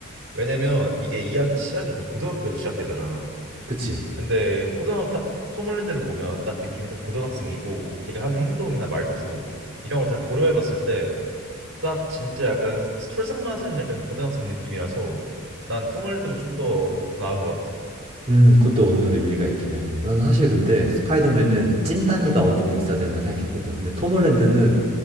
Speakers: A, on the right (about 65°); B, on the right (about 30°).
A: 왜냐면 이게 이야기 시작이 다 고등학교에서 시작되잖아.
B: 그치?
A: 근데 고등학교 딱 톰홀랜드를 보면 딱 느낌이 딱 고등학생이고 걔가 하는 행동이나 말투 이런 거 다 고려해봤을 때 딱 진짜 약간 솔상맞은 약간 고등학생 느낌이라서 난 톰홀랜드가 좀 더 나은 것 같아.
B: 음, 그것도 어느 정도 일리가 있긴 해. 나는 사실 근데 스파이더맨은 찐따미가 어느 정도 있어야 된다 생각했거든. 근데 톰 홀랜드는